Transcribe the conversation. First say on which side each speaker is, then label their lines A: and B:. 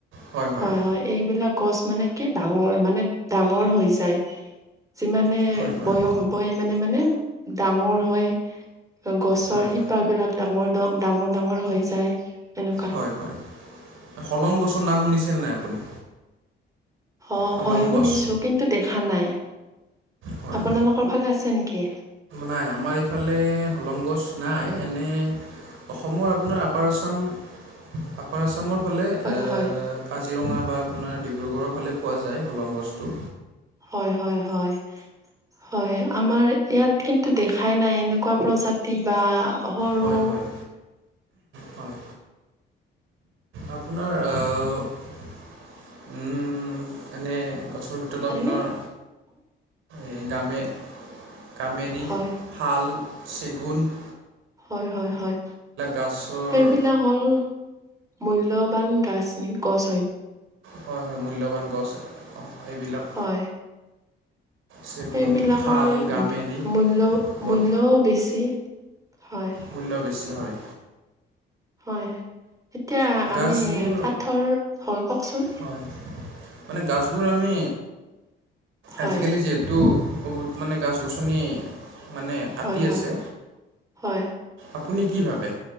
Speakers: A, on the right; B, on the right.
A: হয় হয়
B: হয়-হয় এইবিলাক গছ মানে কি ডাঙৰ মানে ডাঙৰ হৈ যায়। যিমানে
A: হয় হয়
B: বয়স হ'ব ইমানে মানে ডাঙৰ হয়। গছৰ
A: হয়
B: শিপাবিলাক ডাঙৰ-ডাঙৰ-ডাঙৰ হৈ যায়। এনেকুৱা।
A: হয়-হয় হলং গছৰ নাম শুনিছে নাই আপুনি?
B: অ
A: হলং
B: হয় শুনিছো
A: গছ
B: কিন্তু দেখা নাই।
A: হয়
B: আপোনালোকৰ ফালে আছে নেকি?
A: নাই আমাৰ ইফালে হলং, গছ নাই এনেই - অসমৰ আপোনাৰ আপাৰ আচাম আপাৰ আচামত - ফালে
B: হয়
A: এই
B: হয়।
A: কাজিৰঙা, বা আপোনাৰ ডিব্ৰুগড়ৰ, ফালে পোৱা যায়। হলং, গছটো
B: হয় হয় হয় হয় আমাৰ ইয়াত কিন্তু দেখাই নাই এনেকুৱা প্ৰজাতি বা সৰু
A: হয় হয় হয় আপোনাৰ আহ উম এনেই গছ ভিতৰত
B: হয়নে?
A: আপোনাৰ এই গামে কামেৰী,
B: হয়
A: শাল, চেগুন -
B: হয়-হয়-হয়
A: গছৰ
B: সেইবিলাক হ'ল মূল্যৱান গাছ-গছ,
A: হয়-হয় মূল্যৱান গছ এইবিলাক।
B: হয়
A: চেগুন
B: সেইবিলাকৰ
A: শাল গামেৰি
B: মূল্য-মূল্যও
A: বট
B: বেছি। হয়
A: মূল্য বেছি হয়।
B: হয় এতিয়া আমি
A: গাছবোৰ
B: কাঠৰ হয় ক‌ওক চোন।
A: হয় মানে গছবোৰ আমি
B: হয়
A: আজিকালি যিহেতু বহুত মানে গছ-গছনি মানে কাটি
B: হয় হয়
A: আছে।
B: হয়
A: আপুনি কি ভাবে?